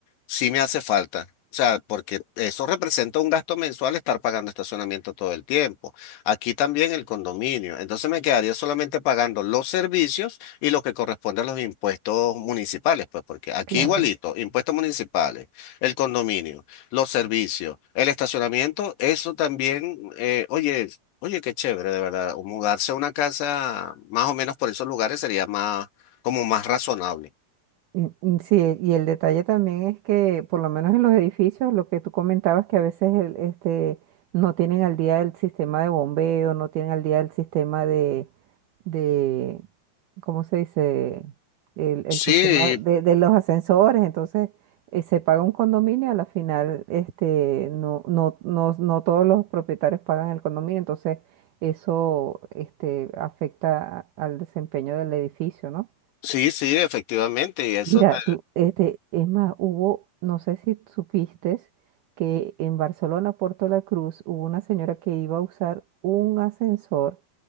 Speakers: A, on the left; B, on the right.
A: sí me hace falta. O sea, porque eso representa un gasto mensual estar pagando estacionamiento todo el tiempo. Aquí también el condominio. Entonces me quedaría solamente pagando los servicios y lo que corresponde a los impuestos municipales, pues porque aquí
B: claro.
A: igualito, impuestos municipales, el condominio, los servicios, el estacionamiento, eso también, eh, oye, oye, qué chévere, de verdad, o mudarse a una casa más o menos por esos lugares sería más, como más razonable.
B: Mm, mm, Sí, y el detalle también es que, por lo menos en los edificios, lo que tú comentabas, que a veces el, este, no tienen al día el sistema de bombeo, no tienen al día el sistema de, de, ¿cómo se dice? El, el
A: Sí,
B: sistema
A: eh,
B: de, de los ascensores, entonces eh, se paga un condominio, a la final este, no, no, no, no todos los propietarios pagan el condominio, entonces eso este, afecta a- al desempeño del edificio, ¿no?
A: sí, sí, efectivamente, y eso,
B: Mira,
A: te-
B: tú, este, es más, hubo, no sé si supiste que en Barcelona, Puerto La Cruz, hubo una señora que iba a usar un ascensor